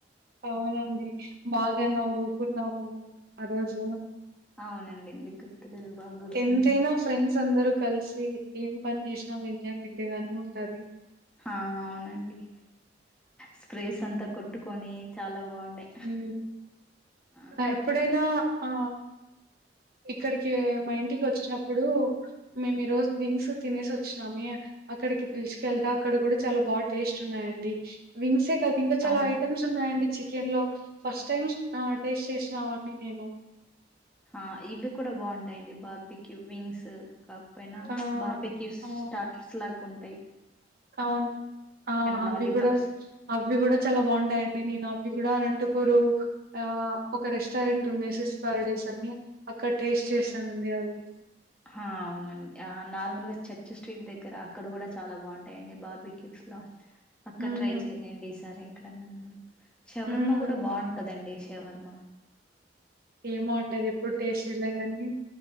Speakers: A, on the right (about 55°); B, in the centre.
A: అవునండి బాగా నవ్వుకున్నాము ఆ రోజు
B: అవునండి ఎందుకు గుర్తులేదు బాగా గుర్తుంది
A: ఎంతైనా ఫ్రెండ్స్ అందరు కలిసి ఏం పన్న్ చేస్నా ఒ ఎంజాయ్ మెంటే గాని ఉంటా
B: హా అవునండి స్ప్రేస్ అంతా కొట్టుక్ కొని చాలా బాగుండే
A: ఉ,
B: ఆ
A: అ ఎప్పుడైనా ఆ ఇక్కడి కే మా ఇంటికి వచ్చినప్పుడు మేము ఈ రోజు వింగ్స్ తినేసి వచ్చినామి, అక్కడికి పిల్చుకెల్త అక్కడ కూడా చాలా బా టేస్ట్ ఉన్నాయండి వింగ్సె త తింక చాలా
B: ఆ
A: ఐటమ్స్ ఉన్నాయండి. చికెన్ లో ఫస్ట్ టైంస్ ఆ టేస్ట్ చేస్నాంవండి నేను
B: ఆ ఇవి కూడా బావుంటాయండి బార్బిక్యూ, వింగ్స్ కాకపోయినా
A: ఆ
B: ప్చ్ బార్బెకివ్స్,
A: ఆ
B: స్టాట్రర్స్ లాగు రి
A: అవును ఆ అవి
B: లాలీపాప్స్
A: కూడా అవి కూడా చాలా బావుంటాయండి నేను అవ్ ఇవి కూడా అనంటపూరు, ఆ ఒక రెస్టారెంటుంది మెసెస్ పార్డేస్ అన్ని అక్కడ టేస్ట్ చేసానండి అవి
B: హా అవునండి ఆ నార్మల్గా చర్చ్ స్ట్రీట్ దగ్గర అక్కడ కూడా చాలా బాగుంటాయిండి బార్బీ క్యూట్స్ లో అక్క
A: ఉమ్
B: ట్రై చేయండి ఈ సారి దండం శవరమ్మ
A: ఉమ్
B: కూడా బావుంటదండి. తెవర్మ
A: ఏమో అండి అదెప్పుడు టేస్ట్ సేలగాని,